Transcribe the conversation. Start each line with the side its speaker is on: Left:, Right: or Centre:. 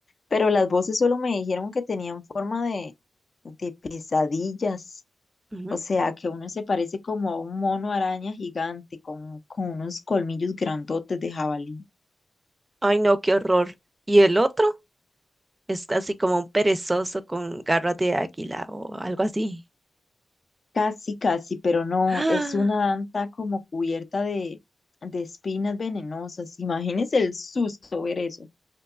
Left: pero las voces solo me dijeron que tenían forma de, de pesadillas.
Right: Ujú.
Left: O sea, que uno se parece como a un mono araña gigante con, con unos colmillos grandotes de jabalí.
Right: Ay, no, qué horror. ¿Y el otro? Es así como un perezoso con garras de águila o algo así.
Left: Casi, casi, pero no,
Right: <gasps>
Left: es una anta como cubierta de, de espinas venenosas. Imagínese el susto ver eso.